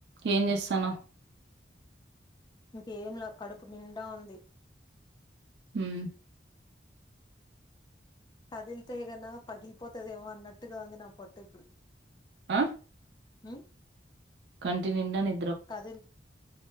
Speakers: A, on the right (about 65°); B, on the left (about 25°).
A: ఏం చేస్తన్నావ్
B: ఇంకేం లా కడుపు నిండా ఉంది
A: హ్మ్
B: కదిలితేగన పగిలిపోతదేమో అన్నట్టుగా ఉంది నా పొట్ట ఇప్పుడు
A: ఆ
B: హ్మ్
A: కంటినిండా ని
B: కదిల్